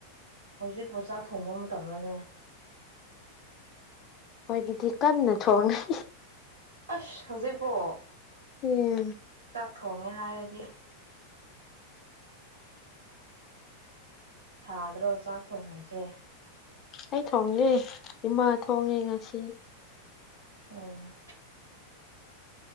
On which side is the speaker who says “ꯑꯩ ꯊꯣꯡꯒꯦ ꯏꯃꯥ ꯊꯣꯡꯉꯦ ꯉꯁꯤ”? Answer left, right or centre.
Left